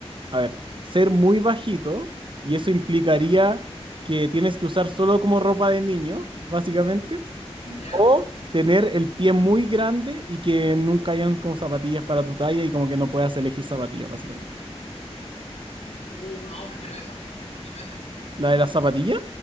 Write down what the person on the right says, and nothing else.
a ver, ser muy bajito, y eso implicaría que tienes que usar solo como ropa de niños, básicamente.
O tener el pie muy grande y que nunca hayan como zapatillas para tu talla y como que no puedas elegir zapatillas, básicamente.
¿La de la zapatilla?